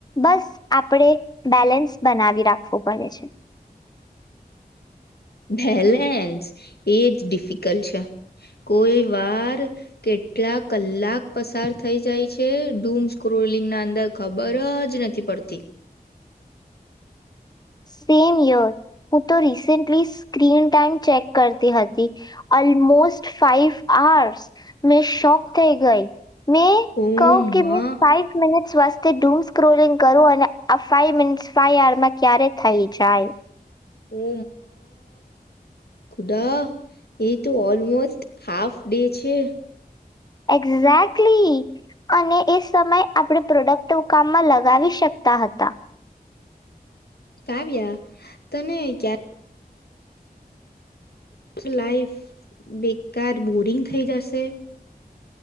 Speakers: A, on the left; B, on the left.
A: બસ આપણે બેલેન્સ બનાવી રાખવું પડે છે
B: બેલેન્સ એજ ડિફિકલ્ટ છે કોઈ વાર કેટલા કલાક પસાર થઈ જાય છે ડૂમ સ્ક્રોલિંગ ના અંદર ખબર જ નથી પડતી
A: સેમ યર હું તો રિસેન્ટલી સ્ક્રીન ટાઈઇમ ચેક કરતી હતી ઓલમોસ્ટ ફાઈવ આર્સ મેં શોક થઈ ગઈ મેં
B: ઓમાં
A: કહું કે મેં સાઇ મિનટ સ્વાસ્્ય ડૂમ સ્ક્રોલિંગ કરો અને આ ફાઇ મિનિટ ફાઈ આરમાં ક્યારેય થઈ જાય
B: ઓ ખુદા એ તો ઓલમોસ્ટ હાફ ડે છે
A: એક્ઝેક્ટલી અને એ સમયે આપણે પ્રોડક્ટ કામમાં લગાવી શકતા હતા
B: કાવ્યા તને ક લાઈફ બેકાર બોરિંગ થઈ જશે